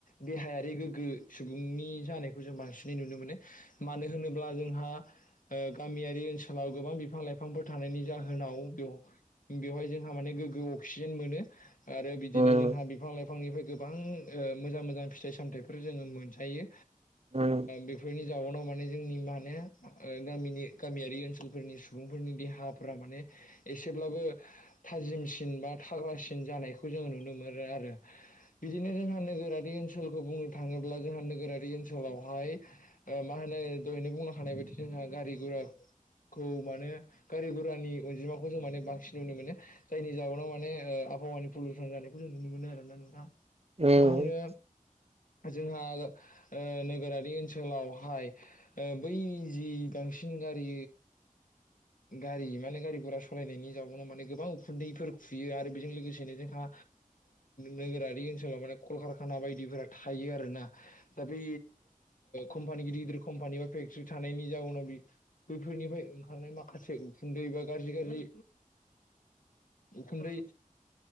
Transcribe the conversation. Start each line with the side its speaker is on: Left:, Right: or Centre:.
Left: देहायारि गोग्गो सुबुंनि जानायखौ जों बांसिनै नुनो मोनो मानो होनोब्ला जों गामियारि ओनसोलाव गोबां बिफां लाइफांफोर थानायनि जाहोनाव <unintelligible> बेवहाय जोंहा माने गोग्गो अक्सिजेन मोनो। आरो बिदिनो
Right: उम
Left: जोंहा बिफां लाइफांनिफ्राय गोबां मोजां मोजां फिथाइ सामथाइफोर जोङो मोनजायो।
Right: उम
Left: बेफोरनि जाउनाव माने जोंनि मान ओ गामिनि गामियारि ओनसोलफोरनि सुबुंफोरनि देहाफोरा माने एसेब्लाबो थाजिमसिन बा थाग्रासिन जानायखौ जोङो नुनो मोनो आरो बिदिनो जोंहा नोगोरारि ओनखौ बुंनो थाङोब्ला जोंहा नोगोरारि ओनसोलावहाय ओ मा होनो दहनो बुंनो हानाय बायदि जोंहा गारि गरा खौ माने गारि गुरानि अनजिमाखौ जों माने बांसिन नुनो मोनो जायनि जाउनाव माने ओ आबहावानि पलिउसन जानायखौ जों नुनो मोनो आरोना नोंथां
Right: उम
Left: मा होनो? जोंहा ओ नोगोरारि ओनसोलावहाय ओ बै जि बांसिन गारि गारि माने गारि गघरा सालायनायनि जाउनाव माने गोबां उखुन्दैफोर खुयो आरो बेजों लोगोसेनो जोंहा नोगोरारि ओनसोलाव माने कलकारखाना बायदिफोरा थायो आरोना दा बे कम्पानि गिदिर गिदिर कम्पानि बा फेक्टर्रि थानायनि जाउनाव बैफोरनिफ्राय ओंखारनाय माखा से उखुन्दै बा गाज्रि गाज्रि उखुन्दै